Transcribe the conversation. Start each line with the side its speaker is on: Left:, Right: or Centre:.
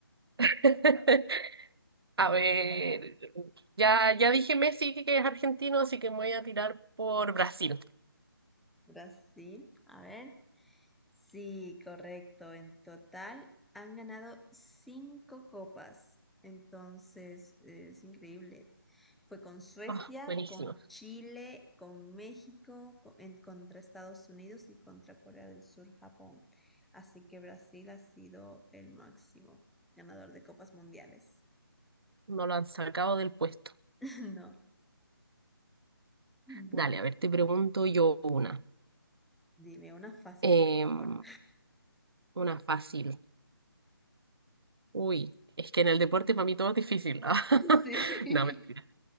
Right: <laughs> A ver, ya, ya dije Messi que es argentino, así que me voy a tirar por Brasil.
Centre: Brasil, a ver. Sí, correcto. En total han ganado cinco copas. Entonces, eh, es increíble. Fue con Suecia,
Right: Ah, buenísimo.
Centre: con Chile, con México, co- en- contra Estados Unidos y contra Corea del Sur, Japón. Así que Brasil ha sido el máximo ganador de copas mundiales.
Right: No lo han sacado del puesto.
Centre: <laughs> No, bueno,
Right: Dale, a ver, te pregunto yo una.
Centre: dime una fácil,
Right: Em,
Centre: por favor.
Right: una fácil. Uy, es que en el deporte para mí todo es difícil. <laughs>
Centre: <laughs> Sí.
Right: No, mentira.